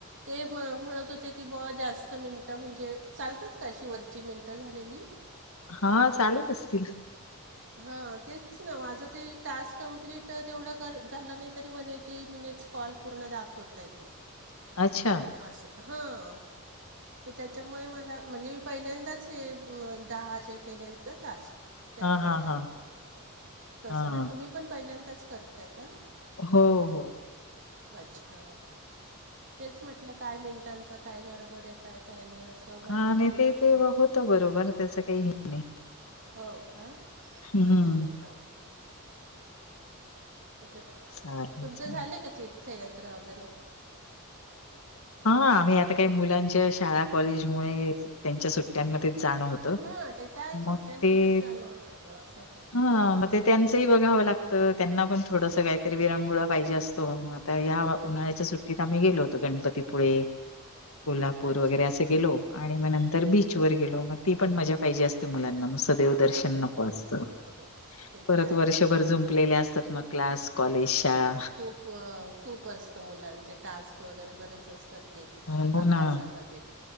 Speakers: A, on the right; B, on the left.
A: ते म म्हणत होते की, ब जास्त मिनटं म्हणजे चालतात का? अशी वरची मिनटं झालेली.
B: हां चालत असतील.
A: हां तेच ना माझं ते टास्क कंप्लीट तेवढं कर झालं नाही तरी वन एटी मिनिट्स कॉल पूर्ण दाखवता येते. <unintelligible>
B: अच्छा.
A: असं हां. तर त्याच्यामुळे मला म्हणजे पहिल्यांदाच हे म दहा अशे केले टास्क.
B: हां,
A: होयं
B: हां, हां.
A: कस
B: हां.
A: काय तुम्ही पण पहिल्यांदाच करताय का?
B: हो.
A: अच्छा. तेच म्हटलं काय मिनिटांचं काय गडबड आहे काय काय नाही असं. माहीत
B: हां
A: नाही
B: नाय
A: ना
B: ते
A: आपल्या
B: ते होतं बरोबर त्याचं काहीहेच नाही.
A: हो का
B: हं.
A: अच्छा अच्छा <unintelligible>
B: चालेल,
A: तुमचं
B: चालेल.
A: झालंय का तीर्थयात्रा वगैरे
B: हां आम्ही आता काय मुलांच्या शाळा कॉलेज मुळे त्यांच्या सुट्ट्यांमध्येचं जाणं होतं.
A: हां ते त्या सुट्ट्यांमध्येच
B: मग ते
A: झालं होतं तसं.
B: हां मग ते त्यांचंही बघावं लागतं त्यांना पण थोडसं काहीतरी विरंगुळा पाहिजे असतो म या
A: हो.
B: उन्हाळ्याच्या सुट् आम्ही गेलो होतो गणपतीपुळे कोल्हापूर
A: अच्छा.
B: वगैरे असे गेलो. आणि मग नंतर बीचवर गेलो मग ती पण मजा पाहिजे असते मुलांना देवदर्शन
A: हो.
B: नको असतं
A: ते
B: परत
A: तर आहे.
B: वर्षभर जुम्पलेले असतात ना. क्लास कॉलेज शाळा
A: बरं खूप व खूप असतं मुलांचे टास्क वगैरे बरेच असतात ते
B: हो
A: अभ्यासामध्ये
B: ना.